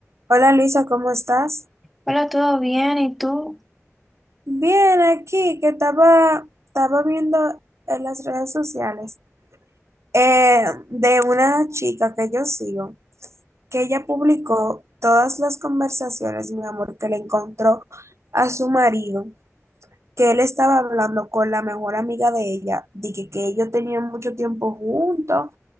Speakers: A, on the right (about 65°); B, in the centre.
A: Hola Luisa, ¿cómo estás?
B: Hola, ¿todo bien? ¿Y tú?
A: Bien, aquí que estaba, estaba viendo en las redes sociales eh, de una chica que yo sigo, que ella publicó todas las conversaciones, mi amor, que le encontró a su marido, que él estaba hablando con la mejor amiga de ella, de que, que ellos tenían mucho tiempo juntos,